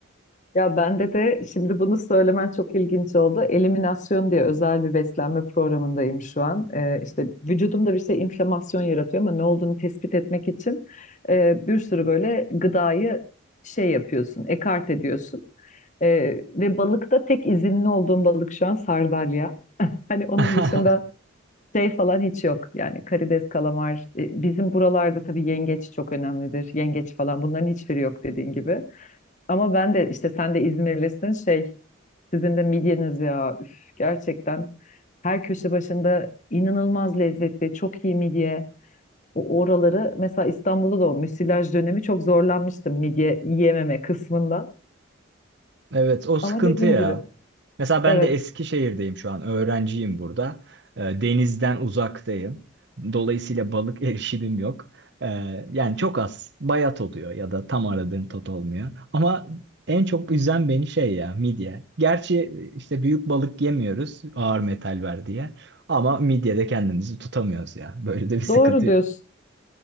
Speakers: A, on the left; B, on the right.
A: Ya bende de şimdi bunu söylemen çok ilginç oldu. Eliminasyon diye özel bir beslenme programındayım şu an. Ee, işte vücudumda bir şey inflamasyon yaratıyor ama ne olduğunu tespit etmek için e, bir sürü böyle gıdayı şey yapıyorsun, ekart ediyorsun. Ee, ve balıkta tek izinli olduğum balık şu an sardalya. Hani onun
B: <laughs>
A: dışında şey falan hiç yok. Yani karides, kalamar. e, Bizim buralarda tabii yengeç çok önemlidir. Yengeç falan bunların hiçbiri yok dediğin gibi. Ama ben de işte sen de İzmirlisin şey sizin de midyeniz ya. Üf, gerçekten her köşe başında inanılmaz lezzetli, çok iyi midye. O oraları mesela İstanbul'da da o müsilaj dönemi çok zorlanmıştım midye yiyememe kısmında.
B: Evet, o sıkıntı
A: Ama dediğin
B: ya.
A: gibi
B: Mesela ben
A: evet
B: de Eskişehir'deyim şu an. Öğrenciyim burada. Ee, Denizden uzaktayım. Dolayısıyla balık <laughs> erişimim yok. Ee, Yani çok az. Bayat oluyor ya da tam aradığın tat olmuyor. Ama en çok üzen beni şey ya midye. Gerçi işte büyük balık yemiyoruz ağır metal ver diye. Ama midyede kendimizi tutamıyoruz ya. Böyle de bir sıkıntı.
A: doğru diyorsun.